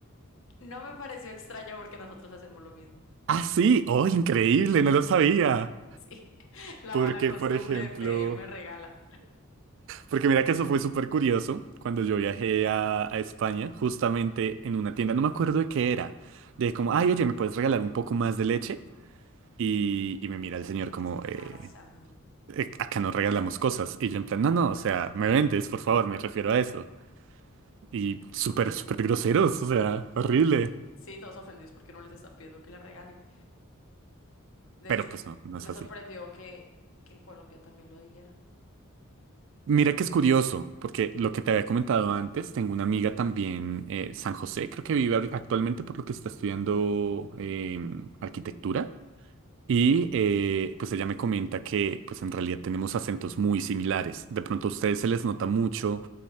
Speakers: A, on the left (about 65°); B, on the right (about 60°).
A: No me pareció extraño porque nosotros hacemos lo mismo.
B: Ah, sí, oh, increíble, no lo sabía.
A: Sí, <laughs> la
B: Porque,
A: mala costumbre
B: por ejemplo,
A: de pedirme regala.
B: porque mira que eso fue súper curioso cuando yo viajé a, a España, justamente en una tienda, no me acuerdo de qué era. de como, ay, oye, ¿me puedes regalar un poco más de leche? Y, y me mira el señor
A: Le
B: como,
A: hacen caras,
B: eh,
A: ajá.
B: eh, acá no regalamos cosas. Y yo en plan, no, no, o sea, me vendes, por favor, me refiero a eso. Y súper, súper groseros, o sea, horrible.
A: Sí, todos ofendidos porque no les está pidiendo que le regalen. De
B: Pero
A: hecho,
B: pues no, no
A: me
B: es así.
A: sorprendió que, que en Colombia también lo dijeran.
B: Mira que es curioso, porque lo que te había comentado antes, tengo una amiga también, eh, San José, creo que vive ahori- actualmente por lo que está estudiando eh, arquitectura. Y eh, pues ella me comenta que pues en realidad tenemos acentos muy similares. De pronto a ustedes se les nota mucho,